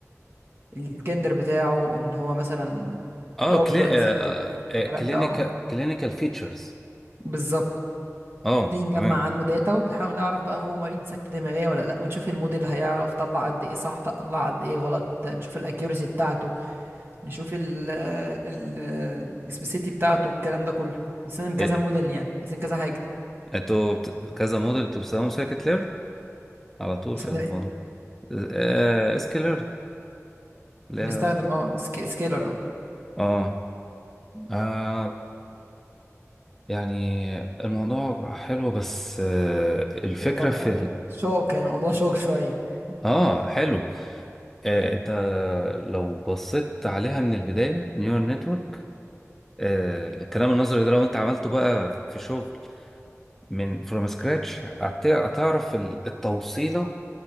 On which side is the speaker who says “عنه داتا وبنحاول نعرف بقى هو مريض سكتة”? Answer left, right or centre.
Right